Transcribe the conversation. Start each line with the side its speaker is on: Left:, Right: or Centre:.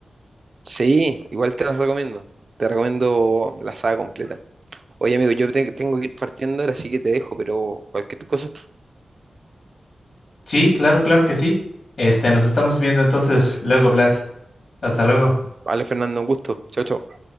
Right: Sí, igual te las recomiendo, te recomiendo la saga completa. Oye amigo, yo te- tengo que ir partiendo ahora, así que te dejo, pero cualquier cosa,
Left: Sí, claro, claro que sí. Este, nos estamos viendo entonces luego, Blas. Hasta luego.
Right: vale Fernando, un gusto. Chao, chao.